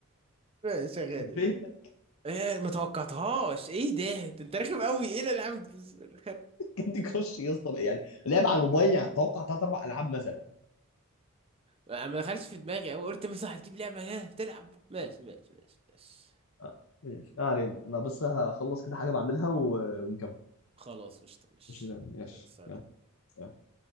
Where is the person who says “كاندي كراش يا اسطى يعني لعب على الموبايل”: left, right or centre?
Left